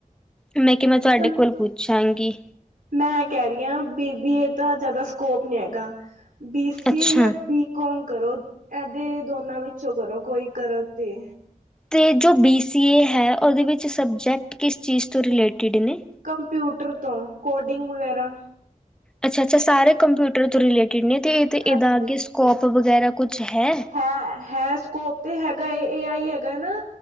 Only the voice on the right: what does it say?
ਤੇ
ਮੈਂ ਏ ਕਹਿ ਰੀ ਆ ਬੀ ਬੀ ਏ ਦਾ ਜ਼ਾਦਾ ਸਕੋਪ ਨੀਂ ਹੈਗਾ, ਬੀ ਸੀ
ਏ ਯਾ ਬੀ ਕੋਮ ਕਰੋ ਇਹਦੇ ਦੋਨਾਂ ਵਿੱਚੋਂ ਕਰੋ ਕੋਈ ਕਰੋ ਤੇ
ਕੰਪਯੁਟਰ ਤੋਂ ਕੋਡਿੰਗ ਵਗੈਰਾ
ਹਾਂਜੀ
ਹੈ ਹੈ ਸਕੋਪ ਤੇ ਹੈਗਾ ਏ, ਏ ਆਈ ਹੈਗਾ ਨਾ